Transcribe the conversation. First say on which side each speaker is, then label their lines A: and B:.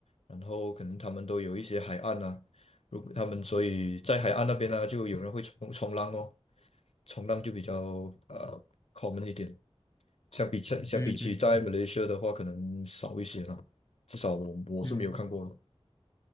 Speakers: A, on the left; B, on the left.
A: 然后可能他们都有一些海岸啊，如果他们所以在海岸那边呢、就有人会冲冲浪哦，冲浪就比较呃 common 一点。相比相相比起在马来西亚的话，
B: 嗯嗯嗯明
A: 可能少一些啦。至少我我是没有看过了。
B: 嗯